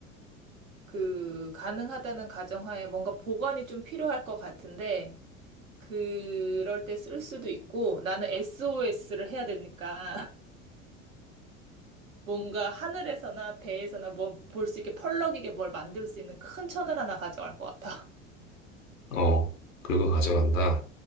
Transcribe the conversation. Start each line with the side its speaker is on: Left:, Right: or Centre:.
Right: 그 가능하다는 가정하에 뭔가 보관이 좀 필요할 것 같은데 그럴 때 쓸 수도 있고 나는 SOS를 해야 되니까 <laughs> 뭔가 하늘에서나 배에서나 뭐 볼 수 있게 펄럭이게 뭘 만들 수 있는 큰 천을 하나 가져갈 것 같아.
Left: 어, 그리고 가져간다.